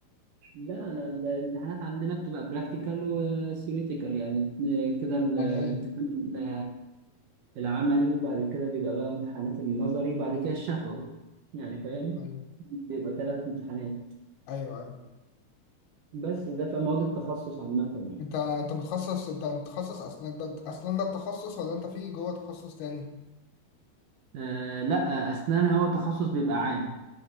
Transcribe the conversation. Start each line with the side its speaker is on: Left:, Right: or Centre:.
Right: لا أنا ال- الامتحانات عندنا بتبقى براكتيكال وثيوريتيكال يعني كده ال-
Left: عن
Right: الامتحان
Left: ايه؟
Right: بيبقى العملي وبعد كده بيبقى بقى امتحانات النظري وبعد كده الشفوي يعني فاهم
Left: ايوه
Right: بيبقى ثلاث امتحانات
Left: ايوه ايوه
Right: بس ده في مواد التخصص عامة يعني
Left: انت انت متخصص انت متخصص اسنان ده اسنان ده التخصص ولا انت في جوه تخصص تاني؟
Right: آه لا أسنان هو تخصص بيبقى عام